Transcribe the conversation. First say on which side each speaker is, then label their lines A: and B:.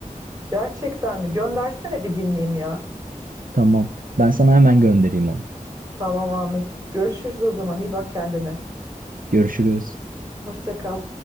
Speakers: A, on the right; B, on the right.
A: Gerçekten mi? Göndersene bir dinleyeyim ya.
B: Tamam. Ben sana hemen göndereyim onu.
A: Tamam Ahmetciğim. Görüşürüz o zaman. İyi bak kendine.
B: Görüşürüz.
A: Hoşça kal.